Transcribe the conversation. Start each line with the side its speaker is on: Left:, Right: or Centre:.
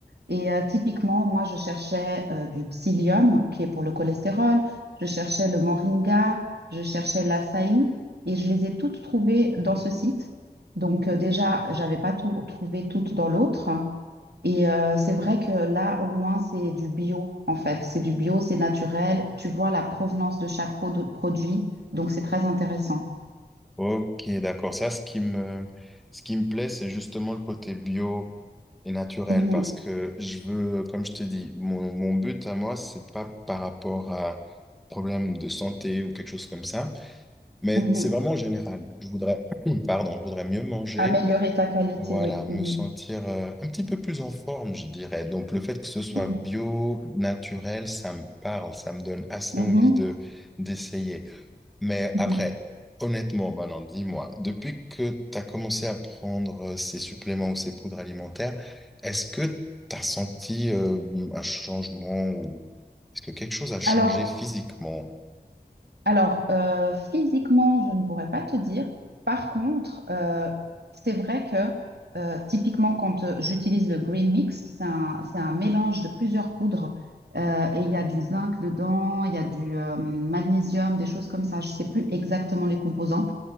Right: Et euh, typiquement, moi je cherchais euh, du psyllium qui est pour le cholestérol, je cherchais le moringa, je cherchais l'açaï et je les ai toutes trouvées dans ce site. Donc euh, déjà, j'avais pas tout trouvé toutes dans l'autre. Et euh, c'est vrai que là, au moins, c'est du bio, en fait. C'est du bio, c'est naturel. Tu vois la provenance de chaque pot de produit. Donc, c'est très intéressant.
Centre: Ok, d'accord. Ça, ce qui me, ce qui me plaît, c'est justement le côté bio et naturel
Right: Mhm,
Centre: parce que je veux, comme je te dis, mon, mon but à moi, c'est pas par rapport à problème de santé ou quelque chose comme ça. Mais
Right: mhm.
Centre: c'est vraiment général. Je voudrais, <clears throat> pardon, je voudrais mieux manger,
Right: Améliorer ta qualité,
Centre: voilà,
Right: oui.
Centre: me
Right: Mhm,
Centre: sentir euh, un petit peu plus en forme, je dirais. Donc le fait que ce soit
Right: mhm,
Centre: bio, naturel, ça me parle, ça me donne assez
Right: mhm,
Centre: envie de d'essayer. Mais
Right: mhm.
Centre: après, honnêtement, Manon, dis-moi, depuis que tu as commencé à prendre euh, ces suppléments ou ces poudres alimentaires, est-ce que tu as senti euh, un changement ou est-ce que quelque chose a changé
Right: Alors,
Centre: physiquement?
Right: Alors, euh, physiquement, je ne pourrais pas te dire. Par contre, euh, c'est vrai que euh, typiquement, quand euh, j'utilise le Green Mix, c'est un, c'est un mélange de plusieurs poudres euh, et il y a du zinc dedans, il y a du euh, magnésium, des choses comme ça. Je ne sais plus exactement les composants.